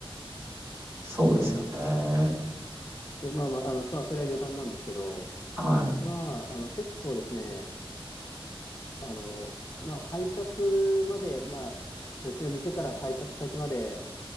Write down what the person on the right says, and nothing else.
そうですよね。
は